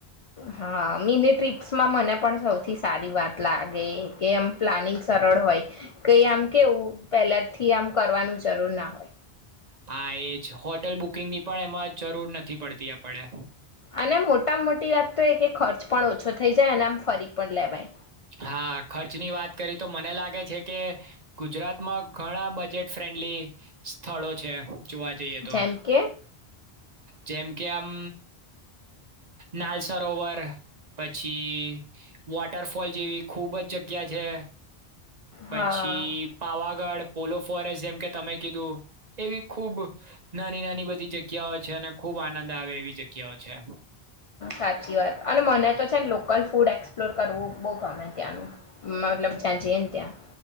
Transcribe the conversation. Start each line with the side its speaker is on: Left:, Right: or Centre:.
Left: હા મિની ટ્ર્રીપ્સમાં મને પણ સૌથી સારી વાત લાગે. કે એમ પ્લાનિંગ સરળ હોય કઈ આમ કેવું પહેલા થી આમ કરવાનું જરૂર ના હોય
Right: હા એજ હોટલ બુકિંગ ની પણ એમાં જરૂર નથી પડતી આપડે
Left: અને મોટા મોટી વાત તો એ કે ખર્ચ પણ ઓછો થઈ જાય અને આમ ફરી પણ લેવાય
Right: હા ખર્ચની વાત કરી તો મને લાગે છે કે ગુજરાતમાં ઘણા બજેટ ફ્રેન્ડલી સ્થળો છે જોવા જઈએ તો
Left: જેમ કે
Right: જેમ કે આમ નાલ સરોવર પછી વોટરફો ફોલ જેવી ખૂબ જ જગ્યા છે પછી
Left: હા
Right: પાવાગઢ પોલો ફોરેસ્ટ જેમ કે તમે કીધું એવી ખુબ નાની નાની બધી જગ્યાઓ છે અને ખુબ આનંદ આવે એવી જગ્યાઓ છે
Left: સાચી વાત અને મને લોકલ ફૂડ એક્સપ્લોર કરવું બહુ ગમે ત્યાંનું મતલબ જ્યાં જઈ ને ત્યાં